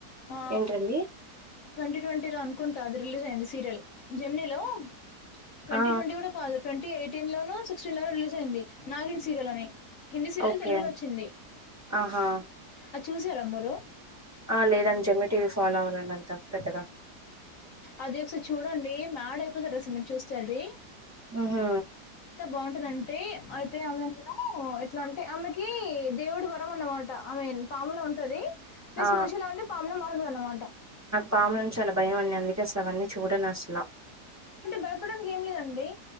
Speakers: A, on the left (about 60°); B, on the right (about 20°).
A: ఆ
B: ఏంటండి
A: ట్వంటీ ట్వంటీ లో అనుకుంటా అది రిలీజ్ అయింది సీరియల్ జెమినీ లో ట్వంటీ
B: ఆ
A: ట్వంటీ గూడా కాదు ట్వంటీ ఎయిటీన్ లో సిక్స్టీన్ లో రిలీ నాగిన్ సీరియల్ అని హిందీ సీరియల్
B: ఓకే
A: తెలుగులో వచ్చింది
B: ఆహా
A: అది చూసారా మీరు
B: ఆ లేదండి జమ్నీ టీ వీ ఫాలో అవనండి అంతా పెద్దగా
A: అది ఒకసారి చూడండి మ్యాడ్ అయిపోతారు అసలు మీరు చూస్తే అది
B: ఊహు
A: బాగుంటుదంటే అయితే ఆమె అందులో ఎట్లా అంటే ఆమెకి దేవుడి వరం అన్నమాట మీన్ పాములో ఉంటది మీస్
B: ఆ
A: మనిషిలో ఉండి పాములా మారుతదన్నమాట
B: పామనుం చాలా భయం అండి అందుకే అసలు అవన్నీ చూడనసలా
A: భయపడానికి ఏం లేదండి